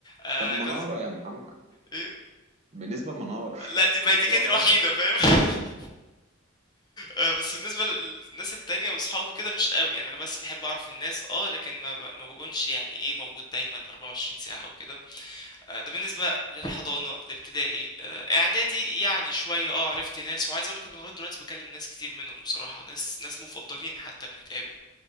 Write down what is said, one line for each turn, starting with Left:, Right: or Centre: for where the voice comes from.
Left: آه،
Right: طب منارة
Left: كان
Right: يا محمد
Left: إيه؟
Right: بالنسبة لمنار
Left: لا دي ما دي كانت
Right: هو ده
Left: الوحيدة فاهم <laughs> آه، بس بالنسبة للناس التانية واصحابه كده مش قوي يعني انا بس بحب اعرف الناس اه لكن ما ب- ما بكونش يعني ايه موجود دايما 24 ساعة او كده آه، ده بالنسبة للحضانة الابتدائي آه، اعدادي يعني شوية اه عرفت ناس وعايز اقولك ان لغاية دلوقتي بكلم ناس كتير منهم بصراحة ناس ناس مفضلين حتى بنتقابل